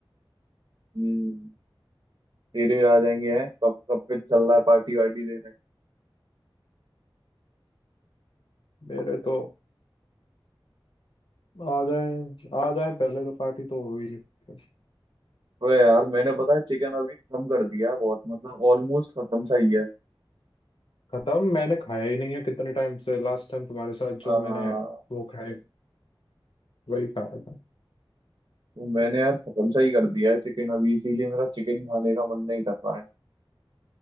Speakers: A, on the right; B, on the left.
A: हम्म, तेरे आ जाएंगे हैं कब कब पे चल रहा है पार्टी वार्टी देने
B: मेरे तो आ जाए आ जाए पहले तो पार्टी तो हो ही रही है।
A: अबे यार मैंने पता है चिकन अभी कम कर दिया है बहुत मतलब ऑलमोस्ट खत्म सा ही है
B: खत्म मैंने खाया ही नहीं है कितने टाइम से लास्ट टाइम तुम्हारे साथ
A: आ,
B: जो
A: तो
B: मैंने वो खाए वही खाया था
A: मैंने यार खत्म सा ही कर दिया है चिकन अभी इसीलिए मेरा चिकन खाने का मन नहीं कर रहा है